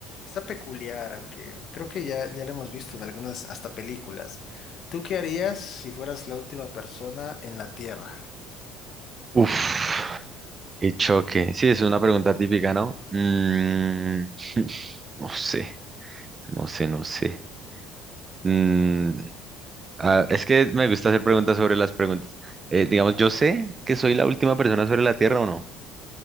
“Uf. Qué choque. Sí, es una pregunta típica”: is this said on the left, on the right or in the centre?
Right